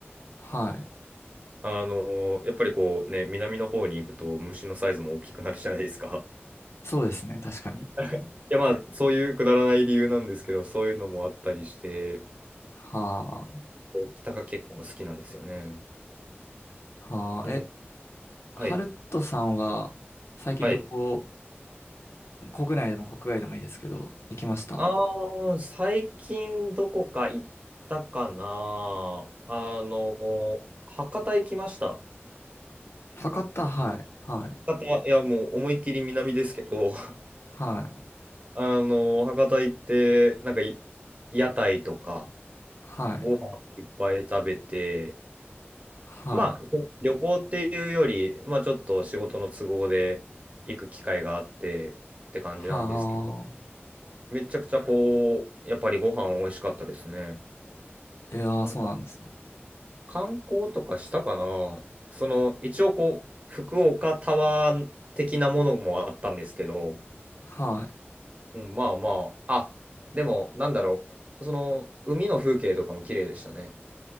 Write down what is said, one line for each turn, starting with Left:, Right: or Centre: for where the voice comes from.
Left: はい。
Right: あのーやっぱりこうね、南の方に行くと虫のサイズも大きくなるじゃないですか。
Left: そうですね、確かに。
Right: <laughs> いや、まあ、そういうくだらない理由なんですけど、そういうのもあったりして、
Left: は
Right: 北が結構好きなんですよね。
Left: あ、はあ、
Right: うん、
Left: え、ハルトさんは、
Right: はい。
Left: 最近旅行、
Right: はい。
Left: 国内でも国外でもいいですけど、行きました
Right: ああ、最近どこか行ったかな。あのー博多行きました。
Left: 博多、はい、はい、
Right: 博多、いや、もう思いっきり南ですけど、
Left: はい、
Right: あの、博多行って、なんかい、屋台とか、
Left: はい。
Right: ご飯いっぱい食べて、
Left: はい。
Right: まあ、旅行っていうより、まあ、ちょっと仕事の都合で行く機会があってって感じなんですけど、
Left: は
Right: めちゃくちゃこう、やっぱりご飯美味しかったですね。
Left: あ。いやー、
Right: なんか、
Left: そうなんですね。
Right: 観光とかしたかなその、一応こう、福岡タワー的なものもあったんですけど、
Left: はい。
Right: うん、まあまあ、あ、でも、なんだろう、その、海の風景とかも綺麗でしたね。